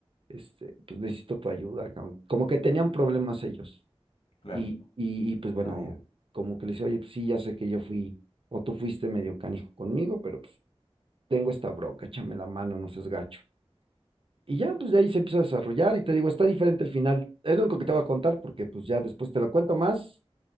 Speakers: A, on the right (about 55°); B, on the left (about 65°).
A: Este, pues necesito tu ayuda, cabrón". Como que tenían problemas ellos.
B: claro.
A: Y, y, y pues bueno,
B: Ah, ya.
A: como que le dice, oye, pues sí, ya sé que yo fui, o tú fuiste medio canijo conmigo, pero pues tengo esta bronca, échame la mano, no seas gacho. Y ya, pues de ahí se empieza a desarrollar y te digo, está diferente el final. Es lo único que te voy a contar porque pues ya después te lo cuento más.